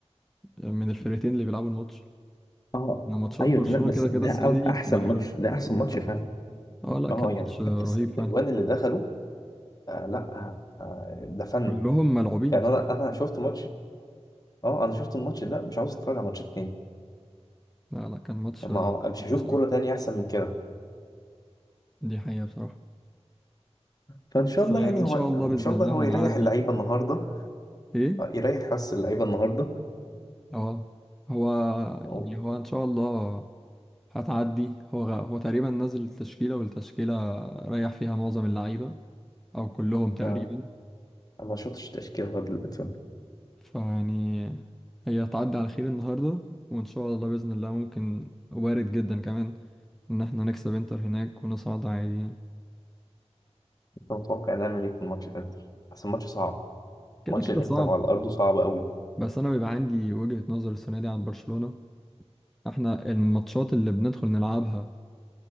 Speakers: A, in the centre; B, on the left (about 35°).
A: من الفرقتين اللي بيلعبوا الماتش
B: اه
A: انا ماتشات
B: ايوه
A: برشلونة
B: تمام بس
A: كده
B: ده
A: كده السنة
B: أو-
A: دي
B: احسن
A: بتبقى
B: ماتش
A: حلوة
B: ده احسن ماتش فعلا
A: اه لا
B: اه
A: كان ماتش
B: يعني
A: آه،
B: حتى الست
A: رهيب فعلا
B: اجوان اللي دخلوا آه لا آه ده فن
A: كلهم ملعوبين
B: يعني
A: بصراحة
B: انا انا شفت ماتش اه انا شفت الماتش ده مش عاوز اتفرج على ماتش تاني
A: لا لا كان ماتش
B: ما
A: آه،
B: هو
A: كبير
B: مش هشوف
A: بصراحة
B: كوره تانية احسن من كده
A: دي حقيقة بصراحة
B: فان شاء
A: بس
B: الله
A: يعني
B: يعني
A: ان
B: هو
A: شاء الله
B: ان
A: بإذن
B: شاء
A: الله
B: الله هو يريح
A: هنعدي
B: اللعيبه النهارده
A: ايه
B: آه، يريح بس اللعيبه النهارده
A: اه هو
B: او
A: يعني هو ان شاء الله هتعدي هو هو تقريبا نزل التشكيلة والتشكيلة ريح فيها معظم اللعيبة او كلهم تقريبا
B: آه، انا ما شفتش تشكيله غير البتون
A: فيعني هي هتعدي على خير النهاردة وإن شاء الله بإذن الله ممكن وارد جدا كمان إن إحنا نكسب إنتر هناك ونصعد عاديين
B: انت متوقع نعمل ايه في ماتش الانتر احسن ماتش صعب
A: كده
B: ماتش
A: كده
B: الانتر
A: صعب
B: على ارضه صعب قوي
A: بس أنا بيبقى عندي وجهة نظر السنة دي عن برشلونة إحنا الماتشات اللي بندخل نلعبها